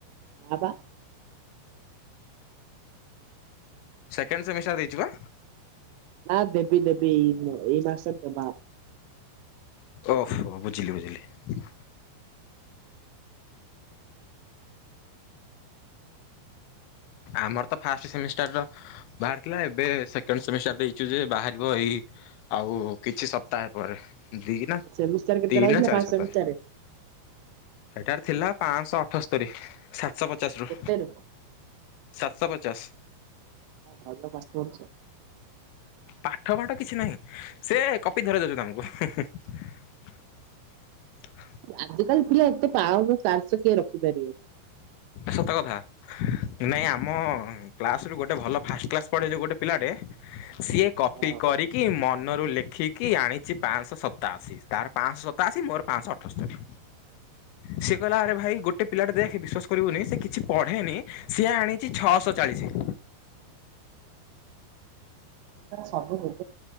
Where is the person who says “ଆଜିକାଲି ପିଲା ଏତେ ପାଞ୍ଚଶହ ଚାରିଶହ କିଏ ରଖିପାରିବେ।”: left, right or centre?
Right